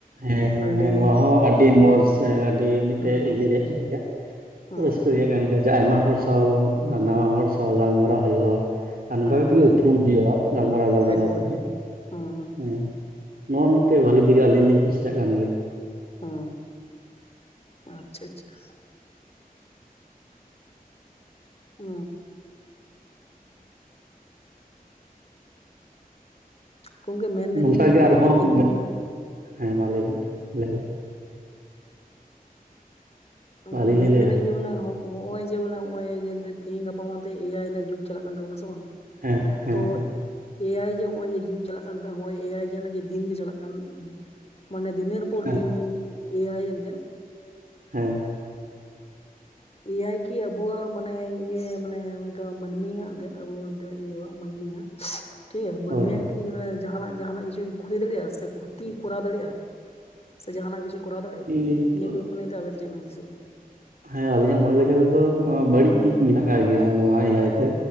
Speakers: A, on the right (about 70°); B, on the left (about 40°).
A: ᱦᱮᱸ ᱦᱮᱸ
B: ᱟᱹᱰᱤ
A: ᱦᱮᱸ ᱱᱚᱣᱟ ᱦᱚᱸ ᱟᱹᱰᱤ ᱢᱚᱸᱡᱽ ᱟᱹᱰᱤ ᱢᱤᱫᱴᱮᱡ
B: ᱦᱩᱸ
A: ᱤᱭᱟᱹ ᱨᱮᱭᱟᱜ ᱠᱟᱱ ᱜᱮᱭᱟ᱾
B: ᱦᱩᱸ
A: ᱨᱟᱹᱥᱠᱟᱹ ᱨᱮᱭᱟᱜ ᱠᱟᱱ ᱜᱮᱭᱟ ᱟᱭᱢᱟ ᱦᱚᱲ ᱥᱟᱶ ᱱᱟᱣᱟ ᱦᱚᱲ ᱥᱟᱶ ᱜᱟᱞᱢᱟᱨᱟᱣ ᱦᱩᱭᱩᱜ-ᱟ, ᱟᱨ ᱱᱚᱝᱠᱟ
B: ᱦᱮᱸ
A: ᱠᱟᱛᱮᱜ
B: ᱦᱮᱸ
A: ᱜᱮ ᱩᱯᱨᱩᱢ ᱦᱩᱭᱩᱜ-ᱟ ᱜᱟᱞᱢᱟᱨᱟᱣ ᱜᱟᱞᱢᱟᱨᱟᱣ
B: ᱠᱷᱟᱡ ᱫᱚ ᱦᱩᱭᱱᱟ
A: ᱛᱮᱜᱮ᱾
B: ᱦᱩᱸ
A: ᱦᱮᱸ ᱱᱚᱣᱟ ᱢᱤᱫᱴᱮᱡ ᱵᱟᱹᱞᱤ ᱛᱮᱜᱮ ᱟᱹᱞᱤᱧ ᱞᱤᱧ ᱠᱩᱥᱤᱭᱟᱜ ᱠᱟᱱ ᱜᱮᱭᱟ᱾
B: ᱚ ᱟᱪᱪᱷᱟ ᱟᱪᱪᱷᱟ ᱚᱻ ᱜᱚᱝᱠᱮ ᱢᱮᱱᱫᱟᱞᱤᱧ
A: ᱱᱚᱝᱠᱟ
B: ᱡᱮ ᱵᱚᱞᱮ
A: ᱜᱮ
B: ᱱᱚᱜᱼᱚᱭ
A: ᱟᱨᱦᱚᱸ
B: ᱛᱤᱦᱤᱧ
A: ᱦᱮᱸ ᱢᱟ ᱞᱟᱹᱭ ᱵᱮᱱ ᱞᱟᱹᱭ ᱵᱮᱱ
B: ᱚ
A: ᱟᱹᱞᱤᱧ
B: ᱢᱮᱱᱫᱟᱞᱤᱧ
A: ᱞᱤᱧ ᱞᱟᱹᱭᱟ
B: ᱡᱮ ᱵᱚᱞᱮ ᱦᱚᱸᱜ ᱦᱚᱸᱜ-ᱚᱭ ᱡᱮ ᱵᱚᱞᱮ ᱱᱚᱜᱼᱚᱭ ᱛᱮᱦᱤᱧ ᱜᱟᱯᱟ ᱢᱮᱱᱛᱮ ᱮᱭᱟᱭ ᱨᱮᱱᱟᱜ ᱡᱩᱜᱽ ᱪᱟᱞᱟᱜ ᱠᱟᱱ ᱛᱟᱵᱚᱱᱟ ᱥᱮ ᱵᱟᱝ
A: ᱦᱮᱸ ᱦᱮᱸ
B: ᱛᱚ
A: ᱦᱮᱸ
B: ᱮ ᱟᱭ ᱡᱮ ᱱᱚᱜ ᱚᱭ ᱡᱮ ᱡᱤᱢ ᱪᱟᱞᱟᱜ ᱠᱟᱱ ᱮ ᱟᱭ ᱡᱮ ᱫᱤᱱ ᱡᱮ ᱪᱟᱞᱟᱜ ᱠᱟᱱ ᱢᱟᱱᱮ ᱫᱤᱱᱮᱨ
A: ᱦᱮᱸ
B: ᱫᱤᱱ ᱮᱭᱟᱭ ᱮᱱᱛᱮᱫ
A: ᱦᱮᱸ
B: ᱮᱭᱟᱭ ᱠᱤ ᱟᱵᱚᱣᱟᱜ ᱢᱟᱱᱮ ᱤᱭᱟᱹ ᱢᱟᱱᱮ ᱚᱱᱠᱟ ᱢᱟᱹᱱᱢᱤᱭᱟᱜ ᱟᱵᱚ ᱮᱱᱛᱮᱫ ᱢᱟᱹᱱᱢᱤᱭᱟᱜ ᱴᱷᱤᱠ ᱜᱮᱭᱟ ᱢᱟᱹᱱᱢᱟᱜ
A: ᱦᱳᱭ
B: ᱠᱤ ᱚᱱᱟ ᱡᱟᱦᱱᱟᱜ ᱡᱟᱦᱟᱱᱟᱜ ᱠᱤᱪᱷᱩ ᱠᱷᱚᱛᱤ ᱫᱟᱲᱮᱭᱟᱜᱼᱟ ᱥᱮ ᱠᱷᱚᱛᱤᱭ ᱠᱚᱨᱟᱣ ᱫᱟᱲᱮᱭᱟᱜᱼᱟ ᱥᱮ ᱡᱟᱦᱟᱱᱟᱜ ᱠᱤᱪᱷᱩ ᱠᱚᱨᱟᱣ ᱫᱟᱲᱮᱭᱟᱜᱼᱟ
A: ᱱᱤᱛᱚᱜ
B: ᱱᱤᱭᱟᱹ ᱠᱚ ᱵᱯᱤᱱᱹᱛᱮ ᱟᱵᱮᱱ ᱪᱮᱫ ᱵᱟᱝ ᱦᱩᱫᱤᱥᱚᱜ ᱠᱟᱱᱟ?
A: ᱦᱮᱸ ᱟᱞᱤᱧᱟᱜ ᱢᱚᱱᱮ ᱞᱮᱠᱟ ᱛᱮᱫᱚ ᱵᱟᱹᱲᱤᱡ ᱫᱤᱠ ᱢᱮᱱᱟᱜ ᱟᱠᱟᱟᱜ ᱜᱮᱭᱟ ᱱᱚᱣᱟ ᱮᱭᱟᱭ ᱛᱮ